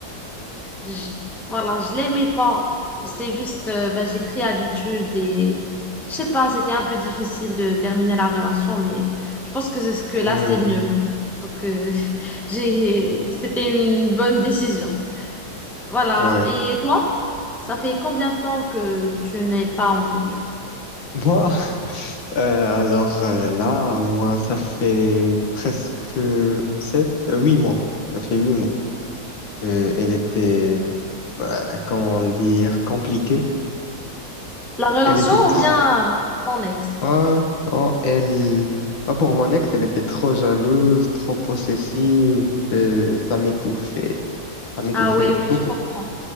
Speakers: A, in the centre; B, on the left (about 70°).
A: je- voilà, je l'aimais pas. C'est juste, euh, bah, j'ai pris habitude et je sais pas, c'était un peu difficile de terminer la relation, mais je pense que c'est ce que là,
B: Hmm,
A: c'est mieux. Donc, euh, <laughs> j'ai, c'était une bonne décision. Voilà.
B: ouais.
A: Et toi, ça fait combien de temps que tu n'es pas en couple?
B: Moi, <laughs> euh, alors euh, là, moi, ça fait presque sept, euh, huit mois. Ça fait huit mois. Euh, elle était, euh, comment dire, compliquée.
A: La relation
B: Elle était trop,
A: ou bien ton ex?
B: hein, hein, elle, ah, pour mon ex, elle était trop jalouse, trop possessive. euh, ça m'étouffait. Ça m'étouffait
A: Ah oui, oui,
B: beaucoup.
A: je comprends.